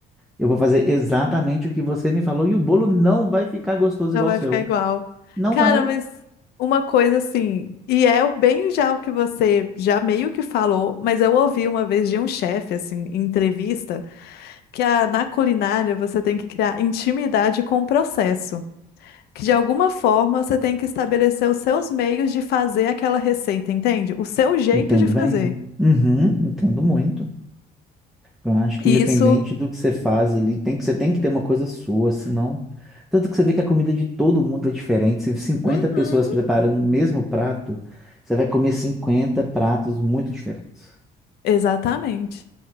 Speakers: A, in the centre; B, on the left.
A: Eu vou fazer exatamente o que você me falou e o bolo não vai ficar gostoso
B: Não
A: igual
B: vai
A: o seu.
B: ficar igual.
A: Não
B: Cara,
A: vai.
B: mas uma coisa assim, e é bem já o que você já meio que falou, mas eu ouvi uma vez de um chefe, assim, em entrevista, que a- na culinária você tem que criar intimidade com o processo. que de alguma forma você tem que estabelecer os seus meios de fazer aquela receita, entende? O seu jeito
A: Entendo
B: de fazer.
A: bem. Uhum, entendo muito. Eu acho que
B: E
A: independente
B: Isso,
A: do que você faz ali, tem que, você tem que ter uma coisa sua, senão. Tanto que você vê que a comida de todo mundo é diferente. Se cinquenta
B: Uhum.
A: pessoas preparam o mesmo prato, você vai comer 50 pratos muito diferentes.
B: exatamente.